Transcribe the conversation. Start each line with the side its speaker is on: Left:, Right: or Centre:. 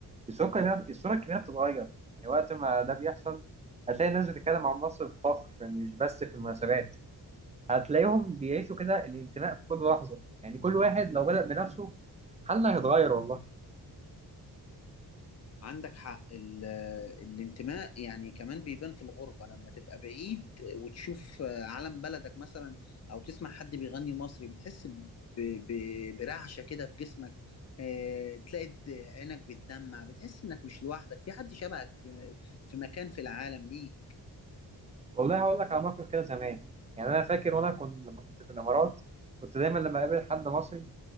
Right: الصورة الكلية الصورة الكلية بتتغير يعني وقت ما ده بيحصل هتلاقي الناس بتتكلم عن مصر بفخر مش بس في المناسبات هتلاقيهم بيعيشوا كده الانتماء في كل لحظة يعني كل واحد لو بدأ بنفسه حالنا هيتغير والله
Left: عندك حق ال- آه، الانتماء يعني كمان بيبان في الغربة لما تبقى بعيد وتشوف علم بلدك مثلا أو تسمع حد بيغني مصري بتحس ب- ب- برعشة كده في جسمك آه، تلاقي د- عينك بتدمع بتحس إنك مش لوحدك في حد شبهك في في مكان في العالم ليك
Right: والله هقول لك على موقف كده زمان يعني أنا فاكر وأنا كنت لما كنت في الإمارات كنت دايما لما أقابل حد مصري